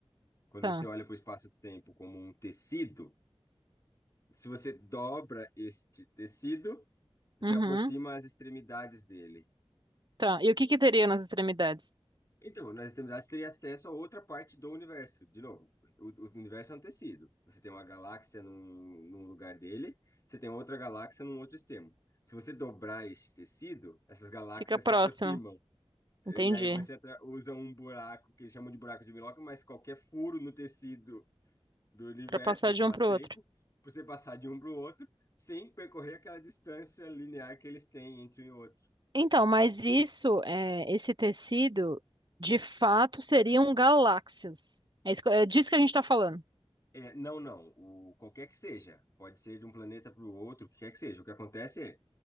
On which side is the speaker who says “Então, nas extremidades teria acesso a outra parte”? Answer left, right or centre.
Left